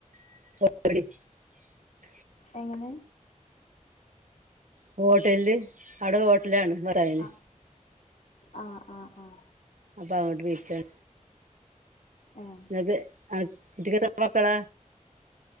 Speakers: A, on the right; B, on the left.
A: <inaudible>
B: എങ്ങനെ
A: ഹോട്ടലിൽ അവിടെ ഹോട്ടൽ ആണ് ഇവടെയ്നി
B: ആഹ് ആഹ് ആഹ് ആഹ്
A: അപ്പൊ അങ്ങോട്ട് പോയ്ക്കാ
B: ഏഹ്
A: അത് ആ കുട്ടിക്ക് എത്താ എത്ര മക്കളാ